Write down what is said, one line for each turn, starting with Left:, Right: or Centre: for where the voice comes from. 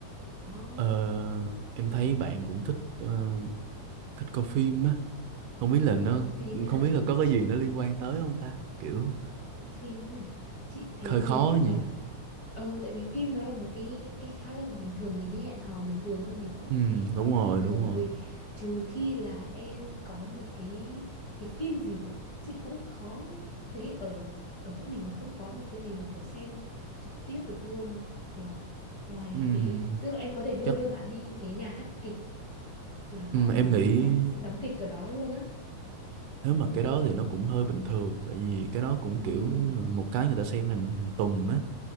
Left: đó
Right: ờ, em thấy bạn cũng thích ờ, thích coi phim á không biết là nó
Left: coi phim
Right: không
Left: ấy
Right: biết là có cái gì nó liên quan tới không ta kiểu
Left: phim nhỉ chị thấy
Right: hơi khó
Left: nếu như mà
Right: nhỉ
Left: ừ tại vì phim nó là một cái cái khá là bình thường mình đi hẹn hò bình thường thôi mình cũng
Right: ừ
Left: đi
Right: đúng
Left: coi phim
Right: rồi đúng
Left: rồi
Right: rồi
Left: trừ khi là em có một cái cái phim gì thì chị cũng khó thấy ở ở chỗ mình là không có một cái gì mà kiểu xem trực tiếp được luôn nhờ ngoài
Right: ừ
Left: cái tức là em có thể đưa
Right: chắc
Left: đưa bạn đi cái nhà hát kịch là
Right: Ừ,
Left: họ đóng
Right: em nghĩ
Left: đóng đóng kịch ở đó luôn á
Right: nếu mà cái đó thì nó cũng hơi bình thường tại vì cái đó cũng
Left: ừ
Right: kiểu như là một cái người ta xem hàng hàng tuần á